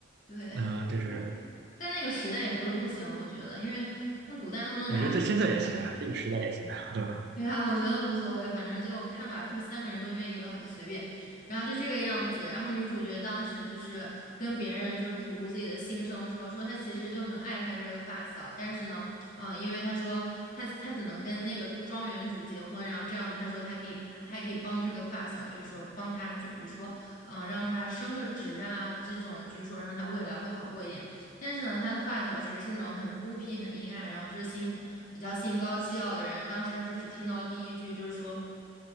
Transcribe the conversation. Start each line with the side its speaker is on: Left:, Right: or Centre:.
Left: 对。
Right: 那这是
Left: 但那个时代也不是不行，我觉得，因为那古代那么多男。
Right: 我觉得这现在也行啊，这个时代也行啊，对吧？
Left: 对啊，我觉得无所谓，反正就看吧。说三个人都愿意的话，就随便。然后就这个样子。然后女主角当时就是跟别人就是吐露自己的心声说，说她其实就很爱她这个发小，但是呢，嗯，因为她说她她只能跟那个庄园主结婚，然后这样子她说她可以她也可以帮这个发小，就是说帮她就比如说嗯让她升个职啊这种，就是说让她未来会好过一点。但是呢，他的发小属于是那种很孤僻、很阴暗，然后就是心比较心高气傲的人。当时他就只听到了第一句，就是说，